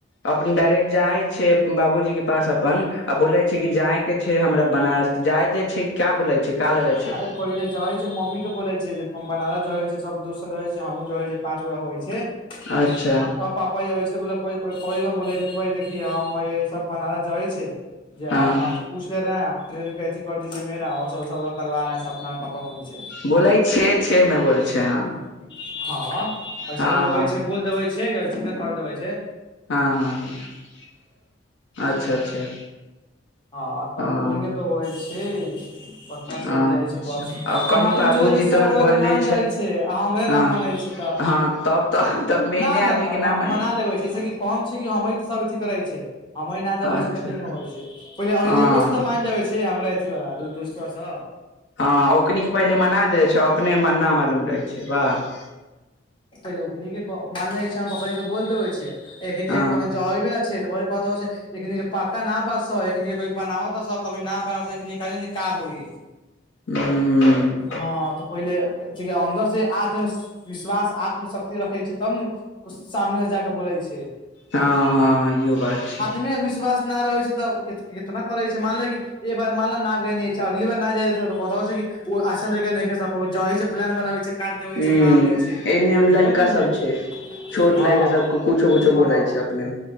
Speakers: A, on the left (about 65°); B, on the left (about 25°).
A: अपन डायरेक्ट जाय छै बाबूजी के पास अपन आ बोले छै कि जाय छै हमरा बनारस जाय द छै क्या बोले छै का लगै छै
B: अरे पहिले जाय मम्मी के बोेले छै जे हम बनारस जा होइ छै सब दो रहे छै हमहूँ जा पाँच गो होइ छै
A: अच्छा
B: आ त <unintelligible> ल बना जाइ छै जे आपसे
A: हँ
B: पूछ ले रहे ट्रेन कैसिंल कर दीजिये मेरा ओर सब सभ करवा रहा है सब अपना पापा मम्मी से
A: बोलै छै छै में बोल छै हँ
B: हँ ऐसे
A: हँ हँ
B: ने होइ छै बोल देबै छै ऐसेने कर देबै छ
A: हँ हँ हँ अच्छा अच्छा
B: हँ त ओह
A: हँ
B: त होइ छै पटना
A: अच्छा
B: से हो जाइ छै बस
A: कहीं
B: मालूम
A: बाबूजी
B: चलै छै सब
A: तोहर
B: गोरे
A: बोलने
B: के मान जाइ छै आ हमरे
A: हँ
B: न मानै छै तऽ
A: हँ तब तऽ तब मेने
B: ना न
A: आदमी
B: ना
A: के नाम मनै
B: मना
A: छै
B: लेबै जैसेकी कम छै कि हम सब अथी करै छै हमे न जबै
A: अच्छा
B: छै तऽ के होइ छै पहिलने अहिल
A: हँ
B: को छ तऽ मानबै छै हमरा ऐसीवला दू दोस्तो छै
A: हँ ओकनीके पहिले मना दै छै अपने न मालूम
B: हूँ
A: रहै छै वाह
B: पहिले ओखनी <unintelligible> के मान छै हम पपा के बोल देबे छै एखन
A: हँ
B: कोनो जबी ने से तऽ बल कथब छै <unintelligible> एकनी के पक <unintelligible> का ना बच एक क बनाब त कभी बना कालिन का होइ
A: हूँ
B: हँ तऽ पहिले अन्दर से आत्म विश्वास आत्मशक्ति रखै छै तब ने कुछ सामने से जाक बोलै छै
A: हँ हँ इहो बात छै
B: में विश्वास कितना रहै छै तऽ कितना करै छै मानले एक बार मानल न गे छै अगली बार न जा त क छै ओ अच्छा लइका सन के नहि छै प्लान बनाबै छै काट देबै
A: ह
B: छै न होवै छै
A: एने लड़का
B: दिक्कत नहि हो
A: सब
B: जाइ छै
A: छोट
B: हँ
A: लैका सब कुछो कुछो
B: हँ
A: बोलै छै अपने